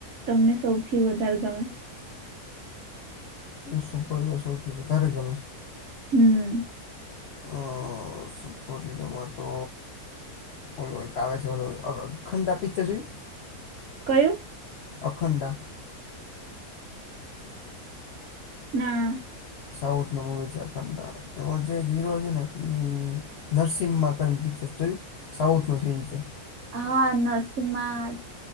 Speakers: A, on the right (about 70°); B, on the left (about 70°).
A: તમને સૌથી વધારે ગમે?
B: સુપર હીરો સૌથી વધારે ગમે?
A: હમ
B: આ સુપર હેરો માતો ઓલો એક આવે છે ઓલો આખંડા પિક્ચર જોઈએ?
A: કયું?
B: અખંડા?
A: ના
B: સાઉથ નું મોવી છે અખંડા એમાં જે એક હીરો છે ને એ નરસિંમાં કરીને પિક્ચર છે જોયું સાઉથ નું છે એ રીતે
A: હા નર્સિંગમાં